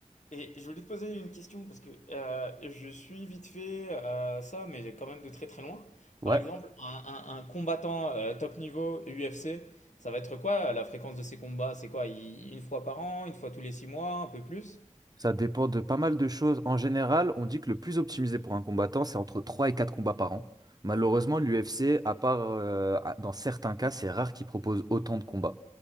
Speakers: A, on the left; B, on the right.
A: Et je voulais te poser une question parce que euh, je suis vite fait euh, ça, mais j'ai quand même de très très loin.
B: Ouais,
A: Par exemple, un, un- un combattant euh, top niveau UFC, ça va être quoi la fréquence de ses combats? C'est quoi? il- une fois par an, une fois tous les six mois, un peu plus?
B: Ça dépend de pas mal de choses. En général, on dit que le plus optimisé pour un combattant, c'est entre 3 et 4 combats par an. Malheureusement, l'UFC, à part euh, à- dans certains cas, c'est rare qu'ils proposent autant de combats.